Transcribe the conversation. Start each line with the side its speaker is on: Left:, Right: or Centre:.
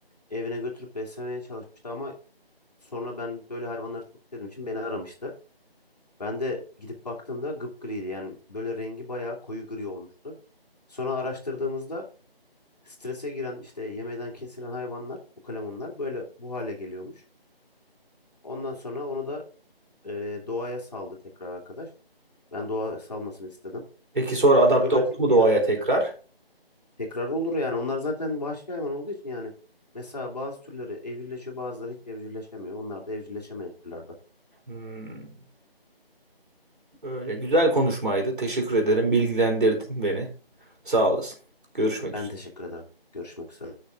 Left: evine götürüp beslemeye çalışmıştı ama sonra ben böyle hayvanları çok sevdiğim için beni aramıştı. Ben de gidip baktığımda gıpgriydi yani böyle rengi bayağı koyu gri olmuştu. Sonra araştırdığımızda strese giren işte yemeden kesilen hayvanlar, ukalemonlar böyle bu hale geliyormuş. Ondan sonra onu da e, doğaya saldı tekrar arkadaş. Ben doğa salmasını istedim.
Right: Peki sonra adapte
Left: Çünkü ölecekti
Right: oldu mu doğaya
Left: yani elinde.
Right: tekrar?
Left: Tekrar olur yani. Onlar zaten vahşi hayvan olduğu için yani. Mesela bazı türleri evcilleşiyor, bazıları hiç evcilleşemiyor. Onlar da evcilleşemeyen türlerden.
Right: Hmm. Öyle güzel konuşmaydı. Teşekkür ederim. Bilgilendirdin beni. Sağ olasın. Görüşmek
Left: Ben
Right: üzere.
Left: teşekkür ederim. Görüşmek üzere.